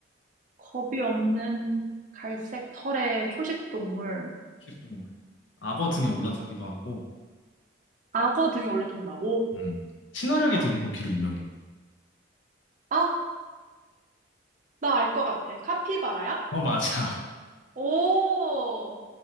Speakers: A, on the right (about 40°); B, on the left (about 80°).
A: 겁이 없는 갈색 털의 초식 동물.
B: 식동물. 악어 등에 올라타기도 하고,
A: 악어 등에 올라탄다고?
B: 음. 친화력이
A: 헉,
B: 되게 좋기로 유명해.
A: 아, 나 알 것 같아. 카피바라야?
B: 어, 맞아. <laughs>
A: 오.